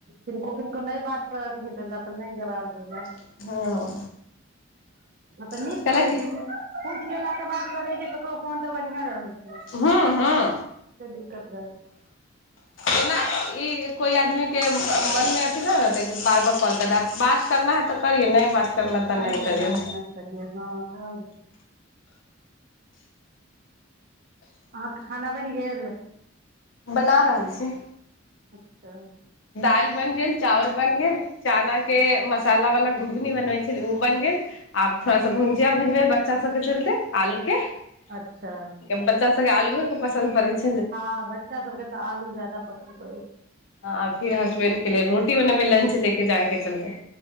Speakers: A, on the right; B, on the left.
A: किनको किनको नहि बात करऽ के हेतैनि तऽ त नहि जबाब देब
B: हँ
A: तऽ नीक
B: कहलक
A: करैत छै पूछि लेलाके बाद करै छै ककरो फोन पर बढ़िया रहै छै नहि
B: हू हँ
A: तऽ दिक्कत रहै
B: एना ई कोइ आदमीके मनमे अथी नहि रहतै कि बार बार कॉल कर दै आब बात करना है तऽ करिहए नहि बात करना तऽ
A: अहिं
B: नहि
A: दत्तमाइन
B: करियै
A: करियए हँ तऽ अहाँके खाना बनि गेल
B: बना रहल छी
A: अच्छा
B: दाल बन गेल चावल बन गेल चना के मसाला वाला घुघनी बनबै छलै ओ बन गेल आब थोड़ा सा भुजिया भुजब बच्चा सब के चलते आलू के
A: अच्छा
B: बच्चास सबके आलुए के पसन्द पड़ छै
A: हँ बच्चा सबके तऽ आलू ज्याददा पसन्द परै छै
B: आ फिर हसबैंड के ले रोटी बनेबै लंच लेके जायके चलते